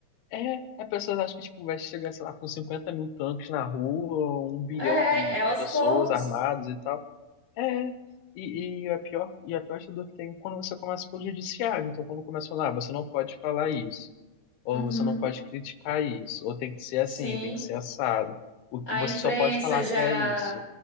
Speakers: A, on the left; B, on the left.
A: É, a pessoa acha que tipo, vai chegar, sei lá, com 50 mil tanques na rua, um bilhão
B: É,
A: de,
B: é aos
A: de pessoas
B: poucos.
A: armadas e tal. É, e, e a pior, e a pior dor que tem é quando você começa pelo judiciário. Então, quando começa a falar, ah, você não pode falar isso ou
B: Uhum.
A: você não pode criticar isso, ou tem que ser assim,
B: Sim.
A: tem que ser assado. O que
B: A
A: você
B: imprensa
A: só pode falar
B: já
A: até isso.